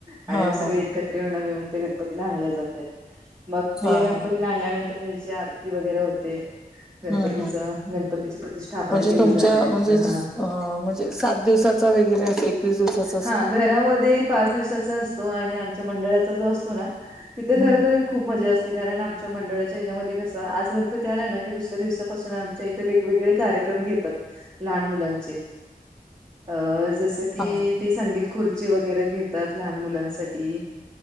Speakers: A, on the right; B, in the centre.
A: आणि
B: हा हा हा
A: मग
B: हा
A: सगळे एकत्र येऊन आम्ही मग ते गणपतीला आणलं जात मग
B: हा
A: ते या
B: हा
A: गणपतीला आणल्यानंतर त्याची आरती वगैरे होते गणपतीच
B: हं हं
A: गणपतीची प्रतिष्ठापना
B: म्हणजे
A: केली
B: तुमच्या
A: जाते तिथं
B: म्हणजे अ
A: हा.
B: म्हणजे सात दिवसात वगैरे एकवीस दिुसाचा <unintelligible>
A: हा घरामध्ये पाच दिवसाचा असतो, आणि आमच्या मंडळाचा जो असतो ना तिथं
B: हम्म
A: खर त खूप मजा असते कारण, आमच्या मंडळाच्या ह्याच्यामध्ये कसं आज गणपती आला ना की दुसऱ्या दिवसापासून आमच्या इथ ते वेगवेगळे कार्यक्रम घेतात लहान मुलांचे अ जस कि
B: हा
A: ती संगीत खुर्ची वगैरे घेतात लहान मुलांसाठी